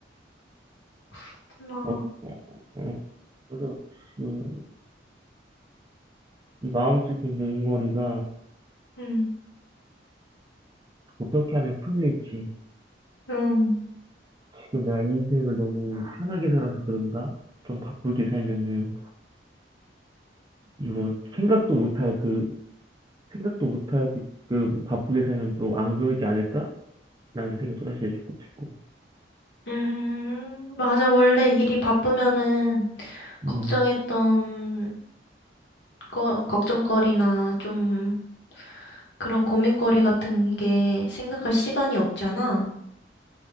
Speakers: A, on the left; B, on the right.
A: 그렇구나.
B: 어, 어, 어. 그래서 지금 이 마음속에 있는 응어리가
A: 음,
B: 어떻게 하면 풀릴지,
A: 음.
B: 지금 내가 인생을 너무 편하게 살아서 그런가? 좀 바쁘게 살면은 이거 생각도 못할 그 생각도 못하게끔 바쁘게 살면 또 안 그러지 않을까? 라는 생각도 사실 조금 들고.
A: 음, 맞아. 원래 일이 바쁘면은
B: 음,
A: 걱정했던 거, 걱정거리나 좀 그런 고민거리 같은 게 생각할 시간이 없잖아.